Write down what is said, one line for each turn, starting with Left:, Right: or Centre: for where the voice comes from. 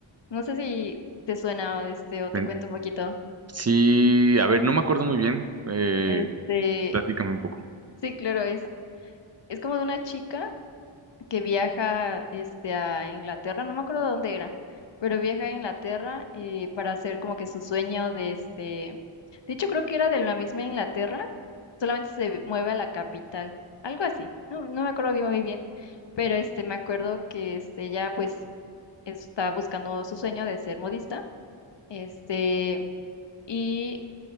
Left: No sé si te suena este, o te
Right: Ven-
Left: cuento un poquito.
Right: Sí, a ver, no me acuerdo muy bien. Eh,
Left: Este,
Right: platícame un poco.
Left: sí, claro, es, es como de una chica que viaja este, a Inglaterra, no me acuerdo dónde era, pero viaja a Inglaterra eh, para hacer como que su sueño de este. De hecho, creo que era de la misma Inglaterra, solamente se mueve a la capital, algo así. No, no me acuerdo bien muy bien, pero este, me acuerdo que este, ella pues está buscando su sueño de ser modista Este, y